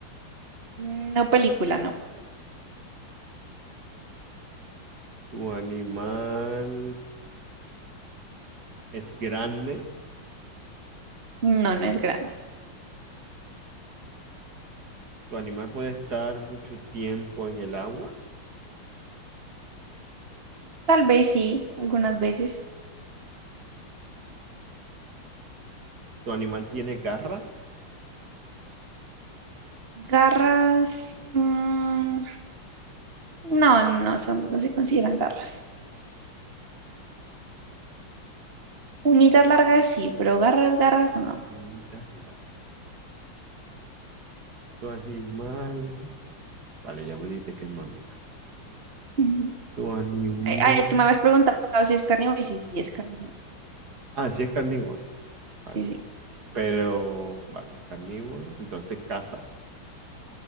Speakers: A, on the right; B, on the right.
A: Mm, No película, no.
B: ¿Tu animal es grande?
A: No, no es grande.
B: ¿Tu animal puede estar mucho tiempo en el agua?
A: Tal vez sí, algunas veces.
B: ¿Tu animal tiene garras?
A: Garras. mm, no, no, no son, no se consideran garras. Uñitas largas sí, pero garras, garras no.
B: Manitas largas. Tu animal. Vale, ya me dijiste que es mamífero.
A: <laughs>
B: Tu animal.
A: Ay, ay, tú me habías preguntado si es carnívoro y sí, sí, es carnívoro.
B: Ah, sí es carnívoro. Vale.
A: Sí, sí.
B: Pero, vale, es carnívoro. Entonces caza.